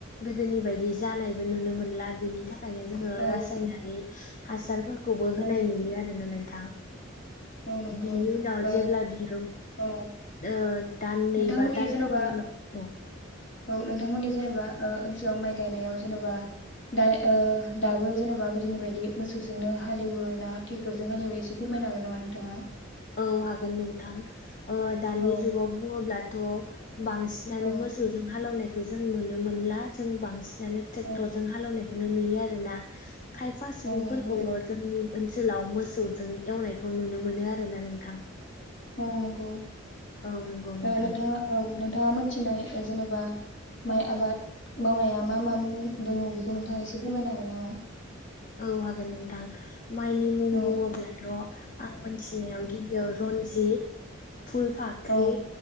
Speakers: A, on the left; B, on the left.
A: गोदोनि बायदि जानायबो नुनो मोनला बिनि था खायनो जोङो
B: औ
A: रासायनारि हासारफोर खौबो होनाय
B: औ
A: नुयो आरो ना नों थां।
B: औ नंगौ
A: बिनि
B: नोंथां
A: उनाव
B: ओ
A: जेब्ला बियो
B: औ
A: ओ दाननै
B: नोंथांमोननि
A: बा दानथामनि
B: जेन'बा
A: उनाव औ।
B: औ नोंथांमोननि जेनेबा ओ ओनसोलाव माइ गायनायाव जेनेबा दा ओह दाबो जेनेबा गोदोनि बायदि मोसौजोंनो हालेवो ना थेकथरजों हालेवो एसे फोरमायनो हागोन नामा नोंथाङा?
A: औ हागोन नोंथां। ओ दानि
B: औ
A: जुगाव बुङोब्ला द'। बांसिनानो
B: औ
A: मोसौजों हालौनाय। खौ जों नुनो मोनला जों बांसि नानो ट्रेक्टरजों
B: औ
A: हालौनायखौ नुयो आरोना। खायफा सुबुंफोरखौल'
B: औ नंगौ
A: जोंनि। ओनसोलाव मोसौजों एवनायखौ नुनो मोनो आरो ना। नोंथां।
B: औ नंगौ।
A: औ नंगौ नोंथां
B: ओह नोंथाङा औ नों नोंथाङा मोनथिनाय जेनेबा माइ आबाद मावनाया मा मा मुं दङ बेखौ नोंथाङा एसे फोरमायनो हागोन नामा?
A: औ हागोन नोंथां। माइनि मुं
B: औ
A: बुङोब्लाथ'। आं मोनथिनायाव गिबियाव रन्जित। फुलफाख्रि
B: औ